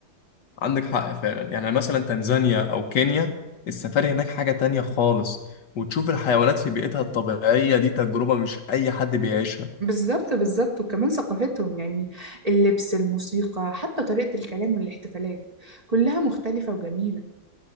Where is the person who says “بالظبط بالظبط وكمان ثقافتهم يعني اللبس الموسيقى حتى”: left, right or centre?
Right